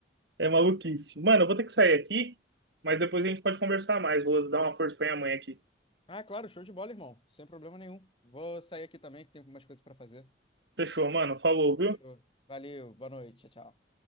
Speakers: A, on the right; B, on the left.
A: é maluquice. Mano, eu vou ter que sair aqui, mas depois a gente pode conversar mais. Vou dar uma força pra minha mãe aqui.
B: Ah, claro, show de bola, irmão. Sem problema nenhum. Vou sair aqui também, que tem algumas coisas pra fazer.
A: Fechou, mano. Falou, viu?
B: Fechou. Valeu, boa noite, tchau, tchau.